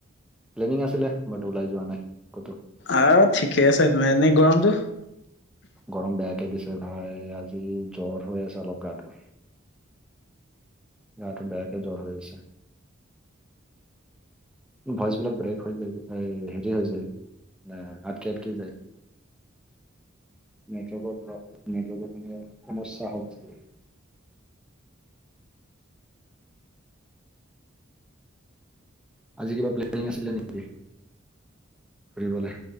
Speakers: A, in the centre; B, on the left (about 55°).
A: প্লেনিং আছিলে বাট ওলাই যোৱা নাই ক'তো
B: আৰু ঠিকে আছে, এনেই গৰমটো?
A: গৰম বেয়াকে দিছে ভাই আজি জ্বৰ হৈ আছে অলপ গাটো গাটো বেয়াকে জ্বৰ হৈ আছে। ভইচবিলাক ব্ৰেক হৈ যায়, হেৰি হৈ যায়। অ', আটকে আটকে যায়। নেটৱৰ্কৰ, নেটৱৰ্কৰ মানে সমস্যা হ'ব চাগে।
B: <inaudible>
A: আজি কিবা প্লেনিং আছিলে নেকি, ফুৰিবলৈ